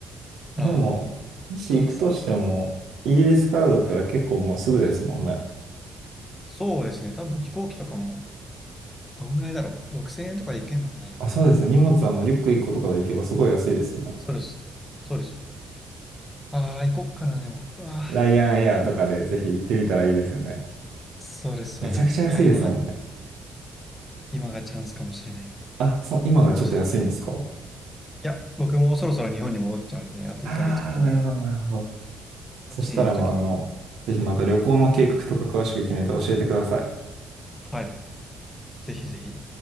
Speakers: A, on the right; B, on the left.
A: でも、
B: ああ、
A: もし行くとしても、
B: いいっすね。
A: イギリスからだったら結構もうすぐですもんね。
B: はい。そうですね。多分飛行機とかも、どんぐらいだろう。6000円とかで行けんのかな、今なら。
A: あ、そうですね。荷物、あの、リュック1個とかで行けばすごい安いですよね。
B: そうです。そうです。ああ、行こっかな、でも。うわあ。
A: ライアンエアとかでぜひ行ってみたらいいですよね。
B: <laughs> そうです、そうです。
A: めちゃくちゃ安いですもんね。
B: いや、今が、今がチャンスかもしれない。
A: あ、そう、今がちょっと安いんですか
B: どうせ。いや、僕もうそろそろ日本に戻っちゃうんで、あと1ヶ月後とかに、
A: ああー、なるほど、なるほど。そしたらまああの、
B: こっちにいるときに、
A: ぜひまた旅行の計画とか詳しく決めて教えてください。
B: はい。ぜひぜひ。